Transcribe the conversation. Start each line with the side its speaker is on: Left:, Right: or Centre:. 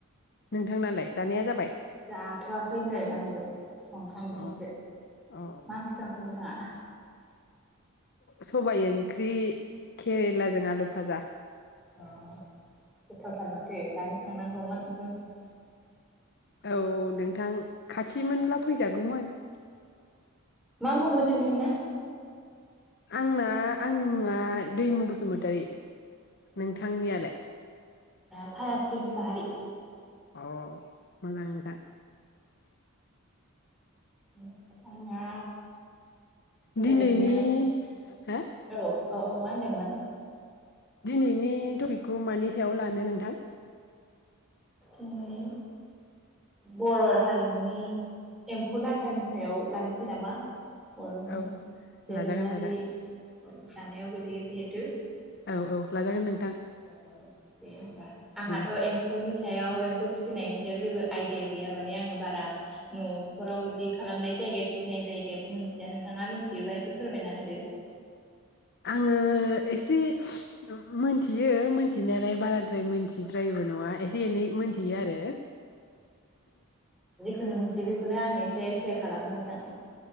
Left: नोंथांनालाय जानाया जा
Centre: जाथ'वाखैनो आंबो संखांदोंसो।
Left: अ अ
Centre: मा ओंख्रि संखो नोंथाङा?
Left: स-सबाय ओंख्रि खेरेलाजों आलु भाजा।
Centre: अ गोथावथार माथो जानो थांनांगौमोन <unintelligible>
Left: औ नोंथां खाथिमोनब्ला फैजागौमोन
Centre: दंमोन नोंथां ना?
Left: आंना आंनि मुङा दैमु बसुमतारी नोंथांनियालाय
Centre: साहास्रि मुसाहारि
Left: औ मोजां नोंथां
Centre: उम आंना
Left: दिनैनि
Centre: ओरैनो
Left: हो
Centre: औ औ औ मा होनदोंमोन
Left: दिनैनि टपिकखौ मानि सायाव लानो नोंथां
Centre: दिनै बर' हारिमुनि एम्फौ लाथानि सायाव लानोसै नामा बर'नि
Left: औ
Centre: दोरोङारि
Left: लाजागोन लाजागोन
Centre: औ जानायाव गोलैयो जिहेतु
Left: औ औ लाजागोन नों
Centre: औ औ दे होनबा आंहाथ'
Left: उम
Centre: एम्फौनि सायाव एम्फौ फिसिनायनि सायाव जेबो आइदिया गैया माने आङो बारा न'फोराव बिदि खालामनाय जायिखाय फिसिनाय जायिखाय मिथिया नोंथाङा मिथियोबा एसे फोरमायना होदो
Left: आङो एसे मोनथियो मोनथिनायालाय बाराद्राय मोनथिद्रायिबो नङा एसे एसे एनै मोनथियो आरो
Centre: फनो मोनथियो बेखौनो आंनो एसे सेयार खालामदो नोंथां